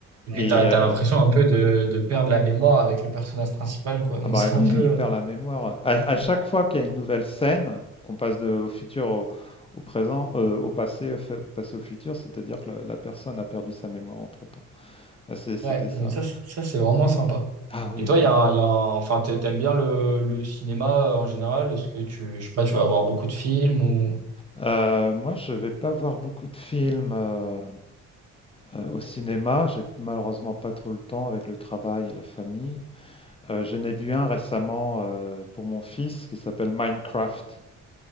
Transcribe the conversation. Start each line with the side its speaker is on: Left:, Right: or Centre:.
Right: et
Left: Et
Right: puis Ouais. t'as, t'as
Left: euh,
Right: l'impression un peu de, de perdre la mémoire avec le personnage principal, quoi. Donc,
Left: ah bah
Right: c'est
Left: oui,
Right: un peu,
Left: oui, il perd la mémoire. À, à chaque fois qu'il y a une nouvelle scène, qu'on passe de, au futur au, au présent, euh, au passé, au fa- passé au futur, c'est-à-dire que la, la personne a perdu sa mémoire entre-temps. Ah, c'est- c'était
Right: ouais,
Left: ça.
Right: donc ça, c'est- ça, c'est vraiment sympa.
Left: Ah oui,
Right: Et toi,
Left: ouais.
Right: il y a un, il y a un- enfin, t'a- t'aimes bien le, le cinéma euh, en général? Est-ce que tu, je sais pas, tu vas avoir beaucoup de films ou...
Left: Euh, moi, je vais pas voir beaucoup de films euh, euh, au cinéma. J'ai malheureusement pas trop le temps avec le travail et la famille. Euh, j'en ai vu un récemment euh, pour mon fils qui s'appelle Minecraft.